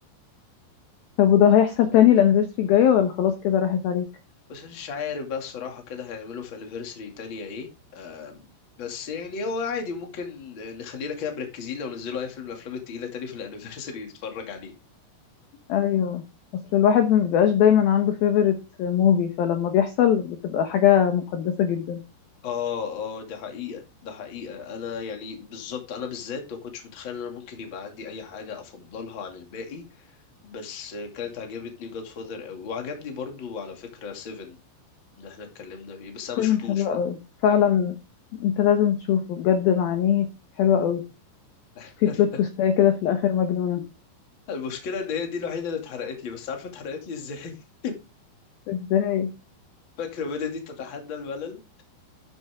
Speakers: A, on the left; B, on the left.
A: طب وده هيحصل تاني الانيفرساري الجايه ولا خلاص كده راحت عليك
B: بس مش عارف بقى الصراحة كده هيعملوا في أنيفرسري تانية إيه آه بس يعني هو عادي ممكن نخلينا كده مركزين لو نزلوا أي فيلم من الأفلام التقيلة تاني في الأنيفرسري نتفرج عليه
A: ايوه اصل الواحد ما بيبقاش دايما عنده فيفورت موفي فلما بيحصل بتبقى حاجه مقدسه جدا
B: اه اه ده حقيقة ده حقيقة انا يعني بالظبط انا بالذات ما كنتش متخيل ان انا ممكن يبقى عندي اي حاجة افضلها عن الباقي بس كانت عجبتني جاد فاذر قوي وعجبني برضو على فكرة سيفن اللي احنا اتكلمنا فيه بس انا
A: فيلم
B: ما شفتوش
A: حلو
B: بقى
A: قوي فعلا انت لازم تشوفه بجد معانيه حلوة قوي
B: <laughs>
A: في بلوت تويستاية كده في الاخر مجنونة
B: المشكلة ان هي دي الوحيدة اللي اتحرقت لي بس عارفة اتحرقت لي ازاي <laughs>
A: ازاي
B: فاكرة ميلودي تتحدى الملل